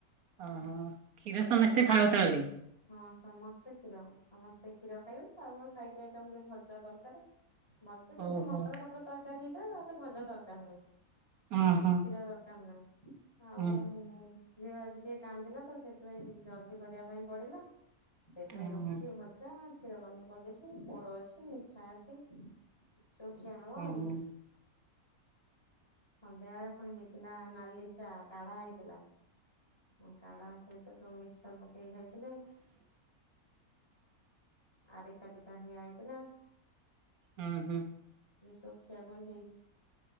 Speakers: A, on the right; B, on the left.
A: ଓହୋ କ୍ଷୀର ସମସ୍ତେ ଖାଉ ତାହେଲେ
B: ହଁ ସମସ୍ତେ କ୍ଷୀର ସମସ୍ତେ କ୍ଷୀର ଖାଇବେ ଆଉ ସାଇଡ ଆଇଟମ ରେ ଟିକେ ଭଜା ଦରକାର ଭଜା ଯଦି
A: ଓହୋ
B: ମଟର
A: ଓହୋ
B: ଫଟର ତରକାରୀ ହେଇଥାଏ ତାହେଲେ ଭଜା ଦରକାର ନାହିଁ
A: ଉଁ
B: ଆଉ
A: ହୁଁ
B: କ୍ଷୀର ଦରକାର ନାହିଁ। <unintelligible> ଆଉ
A: ଉଁ
B: ଝିଅ ଆଜି ଟିକେ କାନ୍ଦିଲା ତ ସେଠ ସେଥି ଜଲ୍ଦି କରିବା ପାଇଁ ପଢିଲା ସେଥିପାଇଁ
A: ହୁଁ
B: ରୁଟି ଭଜା କ୍ଷୀର ଗରମ କରିଦେଇଛି। ପୋଡ ଅଛି। ଖାସ ଶଖିଆ ହବ
A: ଉଁ
B: ସନ୍ଧ୍ୟା ବଳେ ପୁଣି ହେଇଥିଲା ନାଲିଚା କାଢା ହେଇଥିଲା। କାଢା ସହିତ ସବୁ ମିକ୍ସର ପକେଇକ ଖାଇ ଆ <inaudible> ତ ଆଇଗଲା
A: ହୁଁହୁଁ
B: ଶଖି କ ହେଇ।